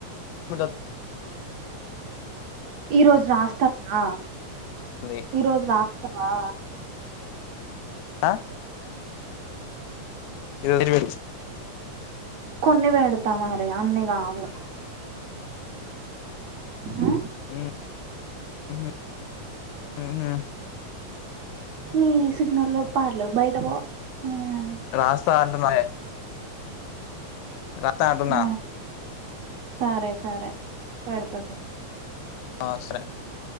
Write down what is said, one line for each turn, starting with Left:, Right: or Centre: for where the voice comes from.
Left: <unintelligible>
Right: ఈరోజ్ రాస్తాారా
Left: ఉంటుంది
Right: ఈ రోజు రాస్తావా
Left: ఆ ఇది వదిలి
Right: కొన్ని పెడతామరి అన్ని కావు హు,
Left: మ్మ్ ఉహ్మ్ ఉహు
Right: నీ సిగ్నల్లేవ్ పాడ్లేవ్ బయట పో హ్మ్
Left: రాస్తాంటున్నాయే రాత్త అంటున్నా
Right: ఆ, సరే సరే పడతుది
Left: ఆ సరే